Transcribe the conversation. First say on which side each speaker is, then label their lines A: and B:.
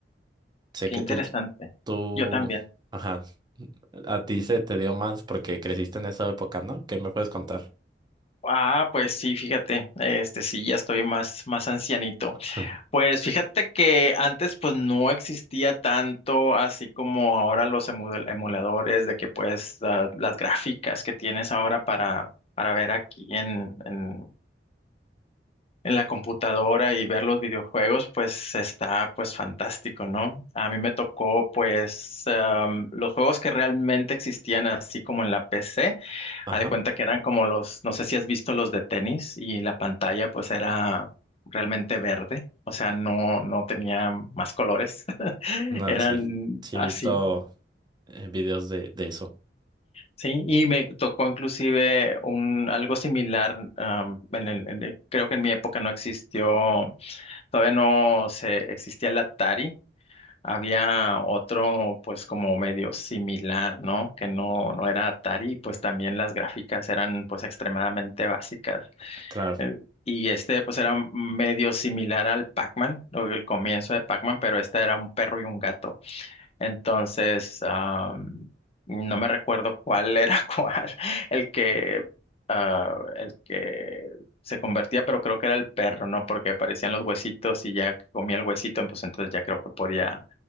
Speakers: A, on the right; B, on the left.
A: sé
B: qué
A: que
B: interesante.
A: tú, tú,
B: Yo también.
A: ajá, a ti se te dio más porque creciste en esa época, ¿no? ¿Qué me puedes contar?
B: Ah, pues sí, fíjate, este sí, ya estoy más, más ancianito.
A: <laughs>
B: Pues fíjate que antes pues no existía tanto así como ahora los emu- emuladores de que pues la- las gráficas que tienes ahora para, para ver aquí en, en en la computadora y ver los videojuegos, pues está pues fantástico, ¿no? A mí me tocó pues am, los juegos que realmente existían así como en la PC,
A: Ajá.
B: haz de cuenta que eran como los, no sé si has visto los de tenis y la pantalla pues era realmente verde, o sea, no, no tenía más colores, <laughs>
A: No,
B: eran
A: sí, sí
B: así.
A: he visto eh, videos de, de eso.
B: Sí, y me tocó inclusive un algo similar, am, en el- en el- creo que en mi época no existió Todavía no se existía el Atari. Había otro, pues, como medio similar, ¿no? Que no, no era Atari, y, pues también las gráficas eran, pues, extremadamente básicas.
A: Claro,
B: Eh, Y este, pues, era medio similar al Pac-Man, lo- el comienzo de Pac-Man, pero este era un perro y un gato. Entonces, am, no me recuerdo cuál era <laughs> cuál, el que, ah, el que se convertía, pero creo que era el perro, ¿no? Porque aparecían los huesitos y ya que comía el huesito, pues entonces ya creo que podía